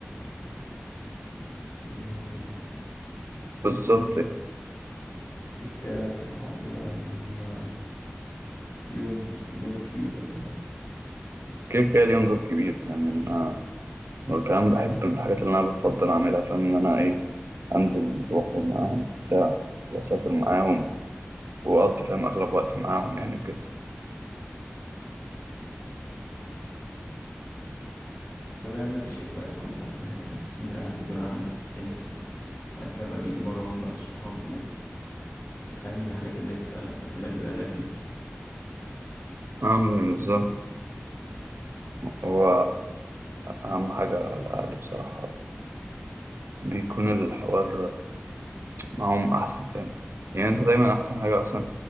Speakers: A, on the left; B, on the right.
A: إيه،
B: بالظبط
A: أنت أنت إيه رأيك في الحوار ده بقى إن هما ليهم دور كبير ولا
B: كده كده ليهم دور كبير فاهم يعني أنا وكمان بحب من الحاجات اللي أنا بفضل أعملها فاهم إن أنا إيه أنزل وأخرج معاهم بتاع وأسافر معاهم وأقضي فاهم أغلب وقتي معاهم يعني وكده
A: طب يا عم ده شيء كويس عامة يعني بحس إن الأهل دول أهم حاجة في الدنيا بعد كده بقى بيجي براهم بقى الصحاب و... وفاهم الحاجات اللي أنت اللي بالي بالك دي
B: أعمل بالظبط هو أهم حاجة على الأهل بصراحة بيكون الحوار معاهم أحسن فاهم يعني أنت دايما أحسن حاجة أصلا